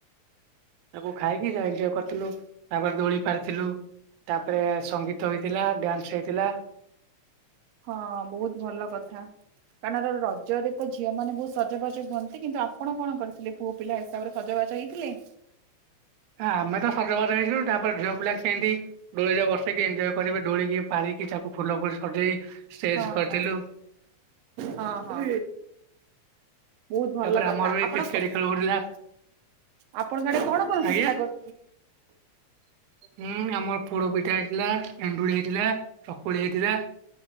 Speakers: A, on the right (about 85°); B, on the right (about 70°).
A: ତାକୁ ଖାଇକି ଏଞ୍ଜୟ୍ କରିଥିଲୁ ତାପରେ ଦୋଳି ପାରିଥିଲୁ। ତାପରେ ସଙ୍ଗୀତ ହେଇଥିଲା ଡ୍ୟାନ୍ସବି ହେଇଥିଲା।
B: ହଁ ବହୁତ ଭଲ କଥା। କାରଣ ରଜରେ ତ ଝିଅ ମାନେ ବହୁତ ସଜବାଜ ହୁଅନ୍ତି କିନ୍ତୁ ଆପଣ କଣ କରିଥିଲେ। ପୁଅ ପିଲା ହିସାବରେ ସଜବାଜ ହେଇଥିଲେ?
A: ଆମେ ତ ସଜବାଜ ହେଇଥିଲୁ ତାପରେ ଝିଅ ପିଲା ସେମତି। ଦୋଳିରେ ବସିକି ଏଞ୍ଜୟ କରିବେ ଦୋଳିକି ପାରିକି ତାକୁ ଫୁଲ ଫୁଲ ସଜେଇ। ଷ୍ଟେଜ
B: ହଁ
A: କରିଥିଲୁ
B: ହଁ ହଁ ହଁ। ବହୁତ ଭଲ
A: ତାପରେ
B: କଥା
A: ଆମର ବି
B: ଆପଣ
A: କ୍ରିକେଟ ଖେଳ ହଉଥିଲା
B: ଆପଣ ସାଡେ କଣ କଣ ପିଠା
A: ଆଜ୍ଞା
B: କରୁ।
A: ହୁଁ ଆମର ପୋଡ ପିଠା ହେଇଥିଲା, ଏଣ୍ଡୁଳି ହେଇଥିଲା, ଚକୁଳି ହେଇଥିଲା।